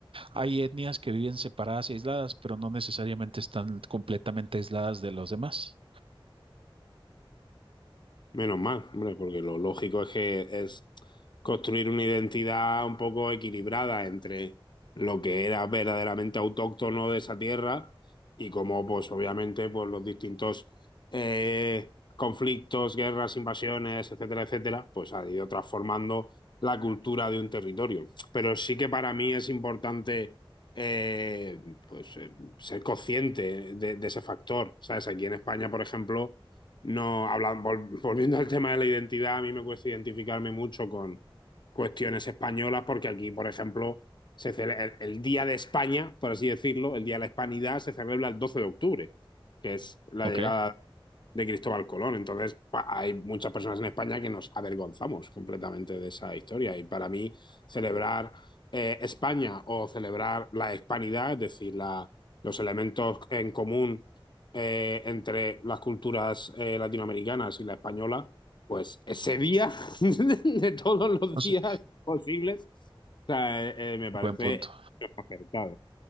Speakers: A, on the right; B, on the left.
A: Hay etnias que viven separadas y aisladas, pero no necesariamente están completamente aisladas de los demás.
B: Menos mal, hombre, porque lo lógico es que es construir una identidad un poco equilibrada entre lo que era verdaderamente autóctono de esa tierra y cómo, pues obviamente, pues los distintos eh, conflictos, guerras, invasiones, etcétera, etcétera, pues ha ido transformando la cultura de un territorio. Pero sí que para mí es importante eh, pues, eh, ser consciente de, de ese factor. ¿Sabes? Aquí en España, por ejemplo no, hablan- vol- volviendo al tema de la identidad, a mí me cuesta identificarme mucho con cuestiones españolas, porque aquí, por ejemplo, se cele- el, el Día de España, por así decirlo, el Día de la Hispanidad, se celebra el 12 de octubre, que es la
A: Ok.
B: Sí. llegada de Cristóbal Colón. Entonces, hay muchas personas en España que nos avergonzamos completamente de esa historia. Y para mí, celebrar eh, España o celebrar la hispanidad, es decir, la, los elementos en común eh, entre las culturas eh, latinoamericanas y la española, pues ese día <laughs> de todos los
A: O sea,
B: días posibles, o sea, eh, eh, me
A: buen
B: parece
A: punto.
B: acertado.